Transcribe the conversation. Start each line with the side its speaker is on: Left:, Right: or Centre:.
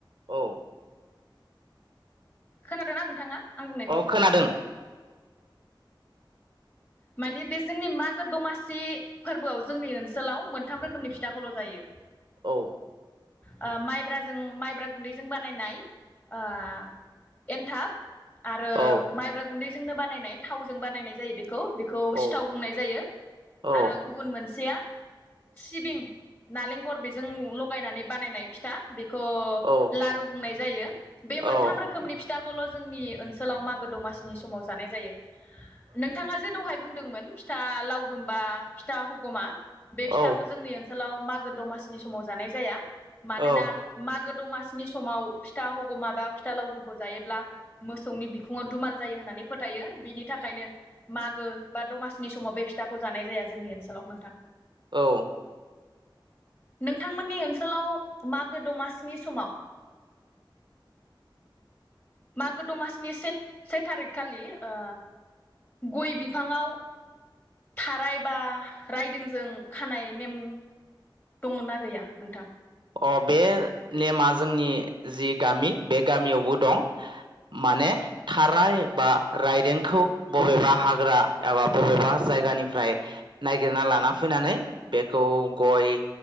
Right: औ
Left: खोनादो ना नोंथाङा आं बुंनायखौ
Right: अ खोनादों
Left: मानिबे जोंनि मागो दमासि फोरबोआव जोंनि ओनसोलाव मोन थाम रोखोमनि फिथाखौल' जायो
Right: औ
Left: ओ माइब्राजों माइब्रा गुन्दैजों बानायनाय ओ एन्थाब आरो
Right: औ
Left: माइब्रा गुन्दै जोंनो बानायनाय थावजों बानायनाय जायो बेखौ बेखौ
Right: औ
Left: सिथाव बुंनाय जायो
Right: औ
Left: आरो गुबुन मोनसेया सिबिं नालेंखर जों लख लगायनानै बानायनाय फिथा बेखौ
Right: औ
Left: लारु बुंनाय जायो बे
Right: औ
Left: मोनथाम रोखोमनि फिथ खौल' जोंनि ओन सोलाव मागो दमासिनि समाव जानाय जायो नोंथाङा जे दहाय बुंदोंमोन। फिथा लाव दुमबा फिथा हगमा बे
Right: औ
Left: फिथाखौ जोंनि ओनसोलाव मागो दमासिनि समाव जानाय जाया मानोना
Right: औ
Left: मागो दमा सिनि स समाव फिथा हगौमा बा फिथा लावदुमखौ जायोब्ला मोसौनि बिखुङाव दुमाल जायो होननानै फोथायो बिनि थाखायनो मागो बा दमासिनि समाव बे फिथाखौ जानाय जाया जोंनि ओनसोलाव नोंथां।
Right: औ।
Left: नोंथांमोननि ओनसोलाव मागो दमासिनि समाव मागो दमासिनि से से थारिखखालि ओ गय बिफाङाव थाराय बा रायदोंजों खानाय नेम दङ ना गैया नोंथां?
Right: अ बे नेमा जोंनि जि गामि बे गामियावबो दं माने थाराय बा रायदोंखौ बबेबा हाग्रा एबा बबेबा जायगानिफ्राय नागिरना लाना फैनानै बेखौ गय